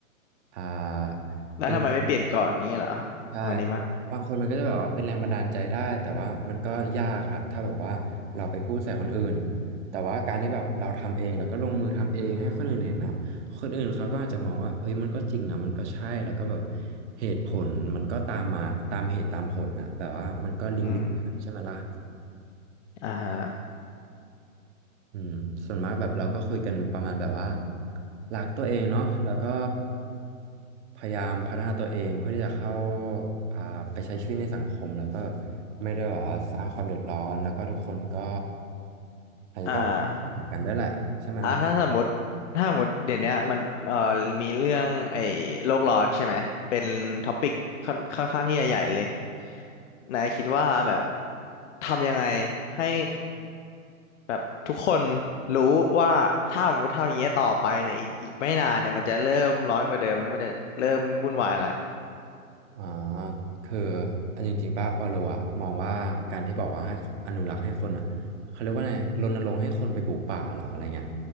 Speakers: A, on the right (about 50°); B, on the left (about 55°).
A: อ่าเป็น
B: แล้วทำไมไม่เปลี่ยนก่อนนี้เหรอ
A: ใช่แล้วก็บางคนมันก็จะแบบว่าเป็นแรงบันดาลใจได้แต่ว่ามันก็ยากอะครับถ้าแบบว่าเราไปพูดใส่คนอื่น
B: วันนี้มะ
A: แต่ว่าการที่แบบเราทำเองแล้วก็ลงมือทำเองให้คนอื่นเห็นนะคนอื่นเขาก็อาจจะมองว่าเอ้ยมันก็จริงนะมันก็ใช่แล้วก็แบบเหตุผลมันก็ตามมาตามเหตุตามผลนะแบบว่ามันก็ลิงลิงใช่ไหมล่ะ
B: อืมอ่าฮะ
A: อืมส่วนมากแบบเราก็คุยกันประมาณแบบว่ารักตัวเองเนาะแล้วก็พยายามพัฒนาตัวเองเพื่อที่จะเข้าอ่าไปใช้ชีวิตในสังคมแล้วก็ไม่ได้แบบว่าสร้างความเดือดร้อนแล้วก็ทุกคนก็อาจจะต้องเข้าหากันด้วยแหละใช่ไหมล่ะ
B: อ่า อ่ะถ้าสมมติถ้าสมมติเดี๋ยวเนี้ยมันเอ่อมีเรื่องไอ้โลกร้อนใช่ไหมเป็นท็อปิกค่อนค่อนข้างที่จะใหญ่เลยนายคิดว่าแบบทำยังไงให้แบบทุกคนรู้ว่าถ้าสมมติทำอย่างเงี้ยต่อไปเนี่ยอีกอีกไม่นานเนี่ยมันจะเริ่มร้อนกว่าเดิมแล้วมันจะเริ่มวุ่นวายละ
A: อ๋อคืออันจริงๆป่ะวาโลอะมองว่าการที่บอกว่าให้อนุรักษ์ให้คนอะเขาเรียกว่าไงรณรงค์ให้คนไปปลูกป่าเหรออะไรเงี้ย